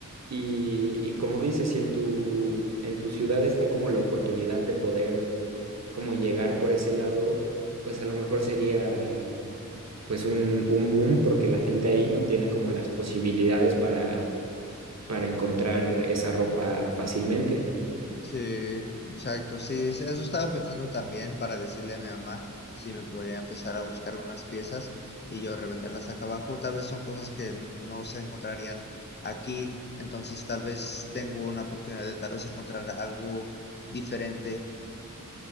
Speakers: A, on the right; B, on the left.
A: Y, y como dices, si en tu, en tu ciudad está como la oportunidad de poder como llegar por ese lado, pues a lo mejor sería pues un, un boom porque la gente ahí no tiene como las posibilidades para, para encontrar esa ropa fácilmente.
B: Sí, exacto. Sí, es- eso estaba pensando también para decirle a mi mamá si me podía empezar a buscar unas piezas y yo revenderlas acá abajo. Tal vez son cosas que no se encontrarían aquí, entonces tal vez tengo una oportunidad de tal vez encontrar algo diferente.